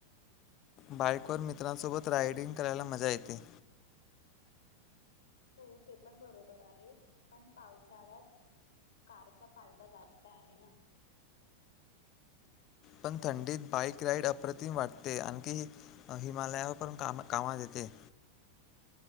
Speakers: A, on the left; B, on the left.
A: बाइकवर मित्रांसोबत रायडिंग करायला मजा येते.
B: हो ते पण बरोबर आहे पण पावसाळ्यात कारचा फायदा जास्त आहे ना.
A: पण थंडीत बाईक राइड अप्रतिम वाटते, आणखी हिमालया <unintelligible> कामात येते.